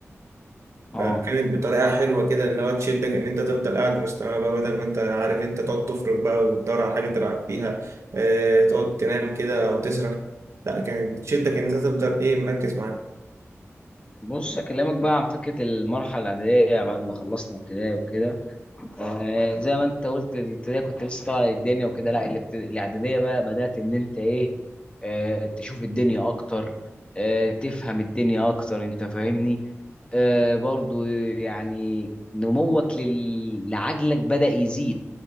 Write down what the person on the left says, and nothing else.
اه
بص اكلمك بقى عن فكره المرحله الاعداديه بعد ما خلصنا ابتدائي وكده آه زي ما انت قلت الابتدائي كنت لسه طالع الدنيا وكده لا الابت- الاعداديه بقى بدات ان انت ايه آه تشوف الدنيا اكتر آه تفهم الدنيا اكتر انت فاهمني آه برضو يعني نموك لل- لعجلك بدا يزيد